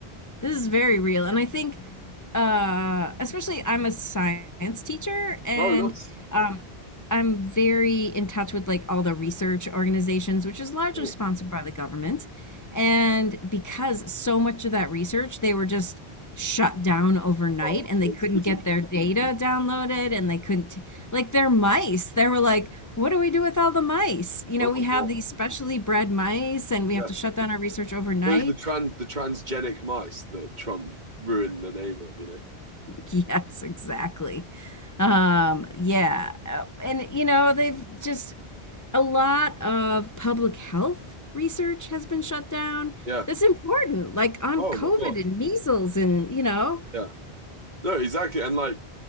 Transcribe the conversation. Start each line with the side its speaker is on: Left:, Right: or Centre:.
Left: This is very real. And I think, uh, especially I'm a science teacher and
Right: No, nice.
Left: um, I'm very in touch with like all the research organizations, which is largely
Right: Sure.
Left: sponsored by the government. And because so much of that research, they were just shut down overnight
Right: Oh,
Left: and
Right: it's
Left: they couldn't
Right: ridiculous.
Left: get their data downloaded and they couldn't, like their mice, they were like, what do we do with all the mice? You
Right: Oh
Left: know,
Right: my
Left: we have
Right: God.
Left: these specially bred mice and we
Right: Yeah.
Left: have to shut down our research overnight.
Right: Those are the trans the transgenic mice that Trump ruined the name of, you know.
Left: <laughs> Yes, exactly. Um, yeah, uh, and you know, they've just a lot of public health research has been shut down.
Right: Yeah.
Left: That's important, like on
Right: Oh
Left: COVID
Right: my God.
Left: and measles and, you know,
Right: Yeah. No, exactly. And like